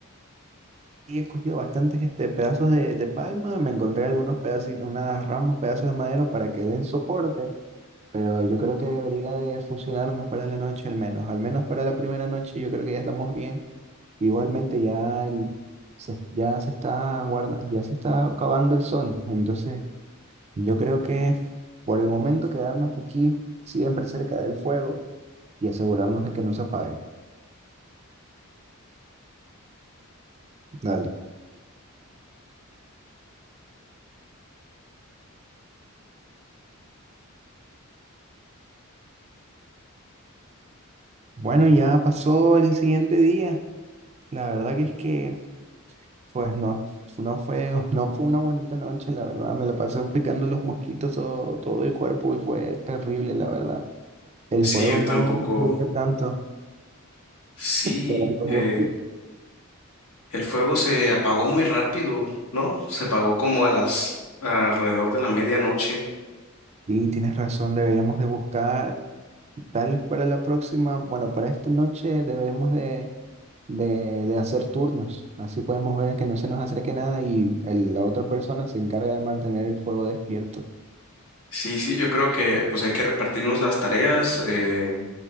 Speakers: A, on the right; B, on the left.
A: y he cogido bastantes este, pedazos de, de palma, me encontré algunos pedacitos, unas ramas, pedazos de madera para que den soporte, pero yo creo que debería de funcionarnos para la noche al menos, al menos para la primera noche yo creo que ya estamos bien. Igualmente ya, el, se, ya se está guarda, ya se está acabando el sol, entonces yo creo que por el momento quedarnos aquí siempre cerca del fuego y asegurarnos de que no se apague. Dale. Bueno, ya pasó el siguiente día. La verdad que es que Pues no, no fue, <laughs> no fue una bonita noche, la verdad. Me la pasé picando los mosquitos todo, todo el cuerpo y fue terrible, la verdad. El
B: Sí,
A: fuego
B: yo tampoco.
A: no, no sirvió tanto
B: Sí,
A: para los
B: eh,
A: mosquitos.
B: el fuego se apagó muy rápido, ¿no? Se apagó como a las alrededor de la medianoche.
A: Y tienes razón, deberíamos de buscar, tal vez para la próxima, bueno, para esta noche debemos de, de, de hacer turnos. Así podemos ver que no se nos acerque nada y el- la otra persona se encarga de mantener el fuego despierto.
B: Sí, sí, yo creo que pues hay que repartirnos las tareas. eh,